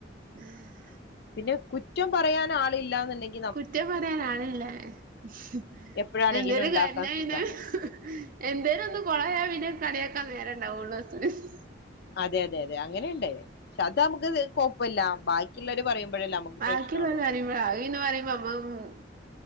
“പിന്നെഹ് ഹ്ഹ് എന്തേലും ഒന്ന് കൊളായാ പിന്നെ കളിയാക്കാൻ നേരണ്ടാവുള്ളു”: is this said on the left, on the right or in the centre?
Right